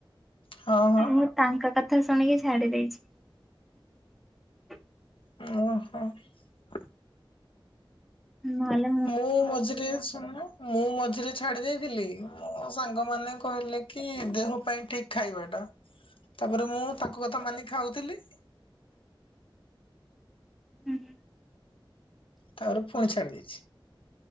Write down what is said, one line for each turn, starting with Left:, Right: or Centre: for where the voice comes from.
Left: ହଁ ହଁ।
Centre: ମୁଁ ତାଙ୍କ କଥା କଥା ଶୁଣିକି ଛାଡି ଦେଇଛି।
Left: ଓହ।
Centre: ହୁଁ।
Left: ମୁଁ ମଝିରେ ଶୁଣ ମୁଁ ମଝିରେ ଛାଡି ଦେଇେଇଥିଲି ମୋ ସାଙ୍ଗ ମାନ କହିଲେ କି ଦେହ ପାଇଁ ଠିକ ଖାଇବାଟା ତାପରେ ମୁଁ ତାକୁ କଥା ମାନି ଖାଉଥିଲି। <inaudible>
Centre: ହୁଁ ହ।
Left: ତାପରେ ପୁଣି ଛାଡି ଦେଇଛି।